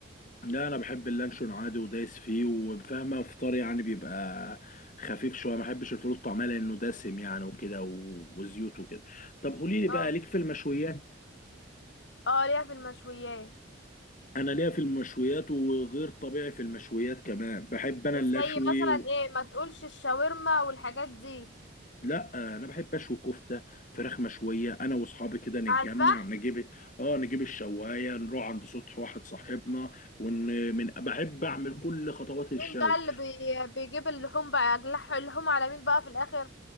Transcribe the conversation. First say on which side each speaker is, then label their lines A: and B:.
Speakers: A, on the left (about 40°); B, on the left (about 65°).
A: لا انا بحب اللانشون عادي ودايس فيه وفاهمه فطار يعني بيبقى خفيف شويه ما بحبش الفول الطعميه لانه دسم يعني وكده و- وزيوت وكده طب قولي لي
B: اه
A: بقى ليك في المشويات
B: اه ليها في المشويات
A: انا ليا في المشويات وغير طبيعي في المشويات كمان بحب انا
B: زي
A: اللشوي
B: مثلا
A: و...
B: ايه ما تقولش الشاورما والحاجات دي
A: لا انا بحب اشوي كفته فراخ مشويه انا واصحابي كده نتجمع
B: على الفحم
A: نجيب اه نجيب الشوايه نروح عند سطح واحد صاحبنا ون... من بحب اعمل كل خطوات الشوي
B: مين بقى اللي بي... بيجيب اللحوم بقى اللح- اللحوم على مين بقى في الاخر